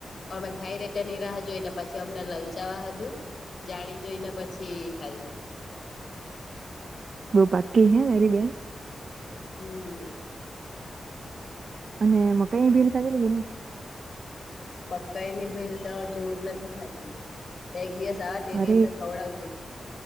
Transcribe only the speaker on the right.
બહુ પાક્કી હે મારી બેન
અને મકાઈની ભેલ ખાધેલી કે ની
અરે